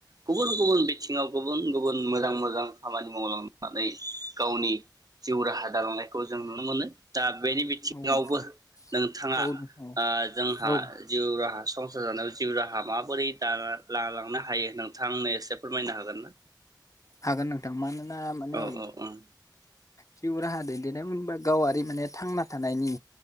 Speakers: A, on the right; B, on the left.
A: गुबुन गुबुन बिथिङाव गुबुन गुबुन मोजां मोजां खामानि मावलांनानै गावनि जिउ राहा दालांनायखौ जों नुनो मोनो दा बेनि बिथिङावबो
B: औ नोंथां
A: नोंथाङा
B: औ नोंथां
A: ओ जोंहा
B: औ औ
A: जिउ राहा संसार जानायाव जिउ राहा माबोरै ला लांनो हायो नोंथांनो एसे फोरमायनो हागोन ना?
B: हागोन नोंथां मानो ओ माने
A: औ औ उम
B: जिउ राहा दैदेनाय बुंबा गावारि माने थांना थानायनि